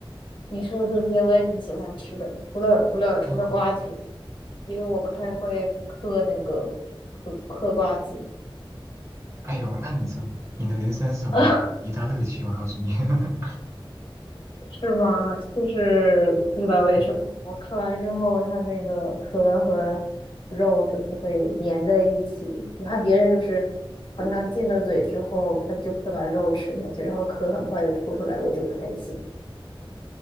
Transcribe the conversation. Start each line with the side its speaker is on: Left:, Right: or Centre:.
Left: 你说的这些我也挺喜欢吃的，除了除了除了瓜子，
Right: 哦，
Left: 因为我不太会嗑那个嗑嗑瓜子。
Right: 哎呦，那你这你的人生少了一一大乐趣，
Left: <laughs>
Right: 我告诉你。<laughs>
Left: 是吗？就是不知道为什么，
Right: 嗯，
Left: 我吃完之后，它那个壳和肉就是会粘在一起。你看别人就是好像进了嘴之后，他就会把肉吃下去，然后壳很快就吐出来，我就不太行。